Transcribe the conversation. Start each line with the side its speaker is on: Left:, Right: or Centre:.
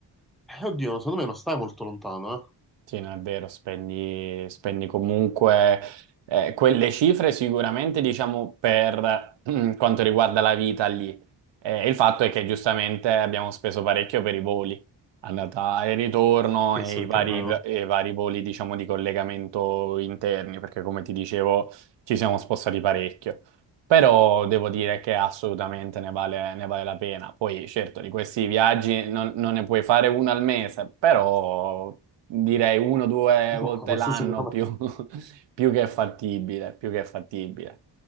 Centre: eh, oddio, secondo me non stai molto lontano, eh.
Right: Sì, no, è vero, spendi, spendi comunque eh, quelle cifre sicuramente, diciamo, per mm, quanto riguarda la vita lì. Eh, il fatto è che giustamente abbiamo speso parecchio per i voli, andata e ritorno
Centre: Questo
Right: e
Centre: è
Right: i
Centre: il
Right: vari,
Centre: problema. <laughs>
Right: e i vari voli, diciamo, di collegamento interni, perché come ti dicevo ci siamo spostati parecchio. Però devo dire che assolutamente ne vale, ne vale la pena. Poi, certo, di questi viaggi non, non ne puoi fare uno al mese, però direi uno o due
Centre: No,
Right: volte
Centre: questo
Right: l'anno
Centre: sicuramente.
Right: più, <laughs> più che fattibile, più che fattibile.